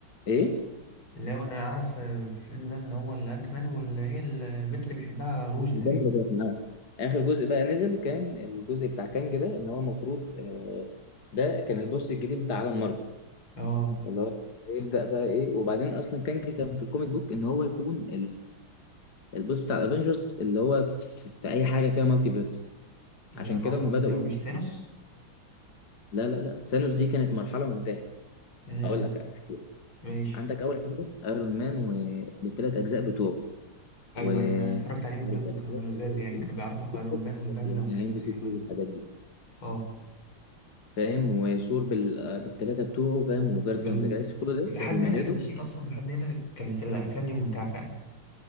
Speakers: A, on the left; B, on the left.
A: ايه
B: لو انا عارف آه، في الفيلم ده اللي هو الانت مان واللي هي البنت اللي بيحبها روج تقريبا
A: البنت اللي كانت معاه اخر جزء بقى نزل كان الجزء بتاع كانج ده ان هو المفروض آه، ده كان البوس الجديد بتاع عالم مارفل
B: اه
A: اللي هو يبدأ بقى ايه وبعدين اصلا كانج كان في الكوميك بوك ان هو يكون البوس بتاع الافنجرز اللي هو في, في اي حاجه فيها مالتي فيرس
B: يا
A: عشان
B: راجل
A: كده هم
B: انت
A: بداوا
B: مش ثانوس
A: لا لا لا سانوس دي كانت مرحله وانتهت
B: امم
A: هقول لك احكي لك
B: ماشي
A: عندك اول حاجه ايرون مان وبالثلاث اجزاء بتوعه
B: ايوه
A: و
B: ايوه انا اتفرجت عليهم
A: أمريكا
B: دول اللي
A: بالتلات
B: كانوا لزاز
A: أجزاء
B: يعني
A: بتوعه.
B: كانوا بيعرفك ايرون
A: أكيد شفت
B: مان
A: الحاجات
B: والبدله
A: دي يعني
B: والحاجات
A: ام بي
B: الحلوه
A: سي 2
B: دي
A: والحاجات دي
B: اه
A: فاهم وثور بال... بالثلاثه بتوعه فاهم وجارديوم
B: بال...
A: ذا جالاكسي كل
B: لحد
A: ده كانوا بيمهدوا
B: هنا احنا ماشيين اصلا لحد هنا كانت الافلام دي ممتعه فعلا